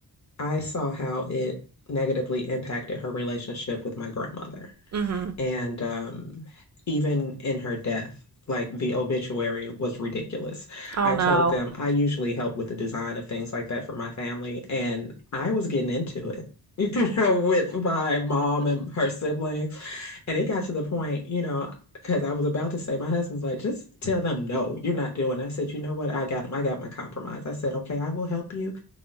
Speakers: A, on the left (about 45°); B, on the right (about 45°).
A: I saw how it negatively impacted her relationship with my grandmother.
B: mhm
A: And um, even in her death, like the obituary was ridiculous.
B: oh
A: I
B: no
A: told them I usually help with the design of things like that for my family, and I was getting into it. <laughs> You know, with my mom and her siblings. And it got to the point, you know, because I was about to say, my husband's like, just tell them no, you're not doing. it." I said, you know what? I got, I got my compromise. I said, okay, I will help you